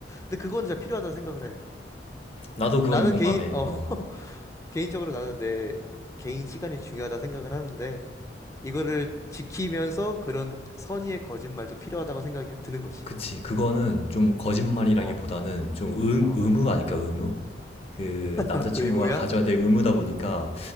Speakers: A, on the left; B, on the left.
A: 근데 그거는 진짜 필요하다 생각을 해
B: 나도 그건
A: 나는
B: 공감해.
A: 개인 어
B: 어.
A: <laughs> 개인적으로 나는 내 개인 시간이 중요하다 생각을 하는데 이거를 지키면서 그런 선의의 거짓말도 필요하다고 생각이 드는 거지
B: 그치. 그거는 좀 거짓말이라기보다는
A: 어
B: 좀 의,
A: 어.
B: 의무 아닐까, 의무? 그
A: <laughs>
B: 남자친구가
A: 의무야?
B: 가져야 될 의무다 보니까